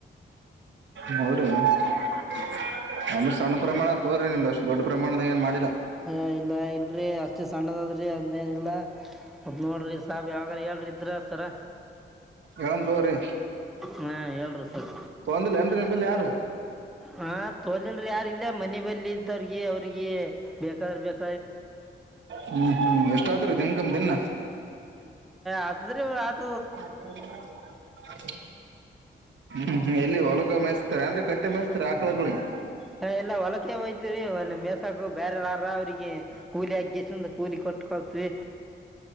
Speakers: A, on the right (about 70°); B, in the centre.
A: ಹ್ರರಿ ಆಮೇರ ಸಣ್ಣ ಪ್ರಮಾಣ ತೋರಿ ನಿಮ್ದ ಅಷ್ಟು ದೊಡ್ಡ ಪ್ರಮಾಣದ ಏನ್ ಮಾಡಿಲ್ಲ
B: ಹ ಇಲ್ಲ ಇಲ್ರಿ ಅಷ್ಟು ಸಣ್ಣದದ್ರಿ ಅಂದೇನಿಲ್ಲ ನೋಡ್ರಿ ಸಾಬ್ ಯಾವಾಗಾರ ಹೇಳ್ರಿ ಇದ್ರ ಸರ
A: ಎ ತೋ್ರಿ
B: ಹಾ ಹೇಳ್ರಿ ಸರ್
A: ತಗಂದಿಲ್ಲ ಏನ್ರಿ ನಿಂಬಲ್ಲಿ ಯಾರ
B: ಹ ತೋಲಲ್ರಿ ಯಾರ ಇಲ್ಲ ಮನ ಬಲ್ಲಿ ಇದ್ದವ್ರಗಿ ಅವ್ರಿಗೆಿ ಬೇಕಾದ್ರ ಬೇಕ
A: ಹ್ಮ್ ಹ್ಮ್ ಎಷ್ಟಾದರುೂ ದನ್ಕಮ ದನ್ನ
B: ಆತದ್ರೀ ಆತ
A: ಹ ಹ್ಮ್ ಹ್ಮ್ ಎಲ್ಲಿ ಒ ಹೊಲಗ ಮೆಸ್ತಾರೆ ಅಂದ್ರೆ ಕಟ್ಟ ಮೆಸ್ತಾರೆ ಆಕಳಗಳಳಿಗೆ
B: ಹ ಎಲ್ಲ ಹೊಲಕೆ ಹೋಗಯ್ತರಿ ಒಂದ ಮೇಸಾಕ ಬೇರೆ ಅವ್ರಿಗೆ ಕೂಲಿ ಹಗ್ಗಸ ಕೂಲಿ ಕೊಟ್ಟಕತವಿ